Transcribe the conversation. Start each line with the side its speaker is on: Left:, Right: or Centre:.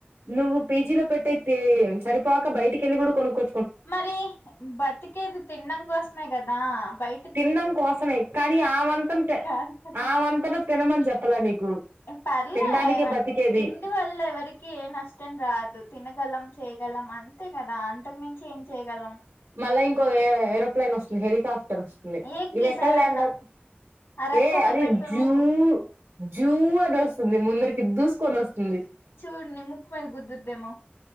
Right: నువ్వు పీజీలో పెట్టే సరిపోక బయటికెళ్ళి కూడ కొనుక్కో
Left: మరి బతికేది తినడం కోసమే కదా బై
Right: తినడం కోసమే కానీ ఆ వంతన
Left: కాదు కదా
Right: ఆ వంతన తినమని చెప్పలే నీకు
Left: పర్లే
Right: తినడానికే బతికేది
Left: తిండి వల్ల ఎవరికి ఏ నష్ తినగలం చేయగలం అంతే కదా అంతకుమించ ఏం చేయగలం
Right: మళ ఇంకో ఏరోప్లలేైన్ వస్తుంది హెలికాప్టర్
Left: ఏక్కి
Right: ఇవి
Left: ఈసారన్నా
Right: ఎక్కడ ల్యాండ్
Left: ఆ రెక్క
Right: ఏ
Left: ఒకటి
Right: అది
Left: పెట్టుకొని
Right: <unintelligible>
Left: ఊగు
Right: జూ అనివస్తుంది ముందరికి దూసుకొని వస్తుంది
Left: చూడు నీ ముక్ మీద గుద్దుద్దేమో